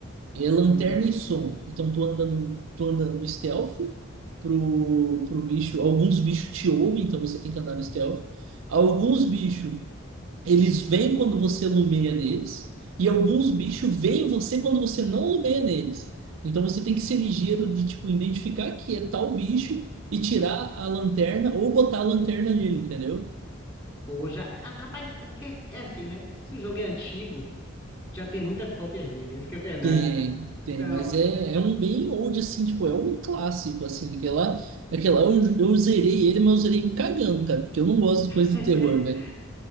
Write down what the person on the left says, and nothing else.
Aham.
Pô, já. ah, Rapaz, é porque é assim, né? Se o jogo é antigo, já tem muitas cópias dele, essa que é a verdade.
Então,
<laughs>